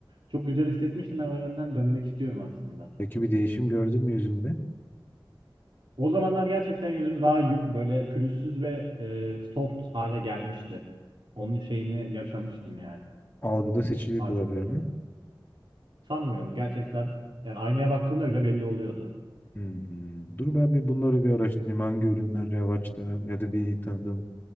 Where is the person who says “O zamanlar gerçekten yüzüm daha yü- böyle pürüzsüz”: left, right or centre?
Right